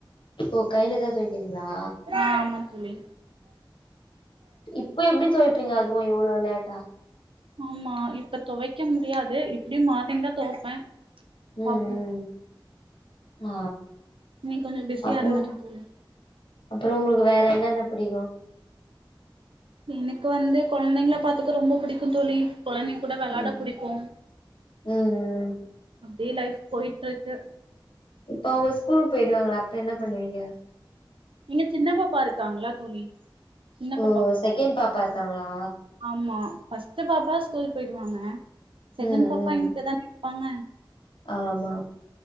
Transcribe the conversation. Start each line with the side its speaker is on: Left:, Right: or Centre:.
Left: ஓ கைலதா தொவைக்கிறிங்களா
Right: ஆமா தோழி
Left: இப்ப எப்டி தொவைப்பீங்க அதுவு இவ்வள லேட்டா
Right: ஆமா இப்ப தொவைக்க முடியாது எப்டியு மார்னிங்தா தொவப்பே
Left: ம்
Right: பாப்போ
Left: ம் ஆ
Right: இன்னைக்கு கொஞ்சோ பிஸியா
Left: அப்றம்
Right: இருந்துட்டே தோழி
Left: அப்பற உங்களுக்கு வேற என்னென்ன புடிக்கு
Right: எனக்கு வந்து கொழந்தைங்கள பாத்துக்க ரொம்ப புடிக்கு தோழி கொழந்தைங் கூட வெளாட
Left: ம்
Right: புடிக்கு
Left: ம் ம்
Right: அப்டியே லைஃப் போய்ட்ருக்கு
Left: இப்ப அவுங்க ஸ்கூலுக்கு போய்டுவாங்கல்ல அப்ப என்ன பண்ணுவீங்க
Right: எங்க சின்ன பாப்பா இருக்காங்கல்ல தோழி சின்ன
Left: ஓ
Right: பாப்பா கூட
Left: செகண்ட்
Right: வெளாடு
Left: பாப்பா இருக்காங்களா
Right: ஆமா ஃபஸ்ட்டு பாப்பா ஸ்கூல் போய்ருவாங்க செகண்ட்
Left: ம்
Right: பாப்பா
Left: ம்
Right: எங்கிட்ட தான இருப்பாங்க
Left: ஆமா